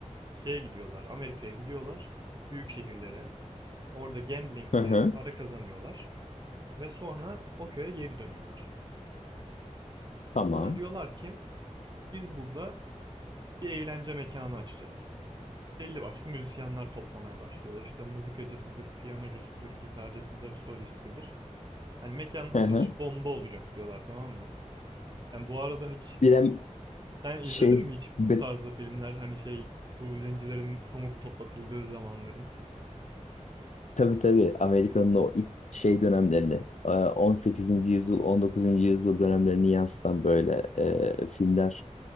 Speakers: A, on the right; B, on the left.
A: şeye gidiyorlar, Amerika'ya gidiyorlar, büyük şehirlere. Orada gamblingle
B: Hı hı.
A: para kazanıyorlar ve sonra o köye geri dönüyorlar.
B: Tamam.
A: Sonra diyorlar ki biz burada bir eğlence mekanı açacağız. Belli başlı müzisyenler toplamaya başlıyorlar. İşte mızıkacısıdır, piyanocusudur, gitarcısıdır, solistidir. Hani mekanın açılışı
B: Hı hı.
A: bomba olacak diyorlar tamam mı? Yani bu arada hiç
B: Bilem
A: sen
B: şey
A: izledin mi hiç
B: be,
A: bu tarzda filmler hani şey bu zencilerin pamuk toplatıldığı zamanların?
B: tabii tabii Amerika'nın o ilk şey dönemlerini e, 18. yüzyıl 19. yüzyıl dönemlerini yansıtan böyle e, filmler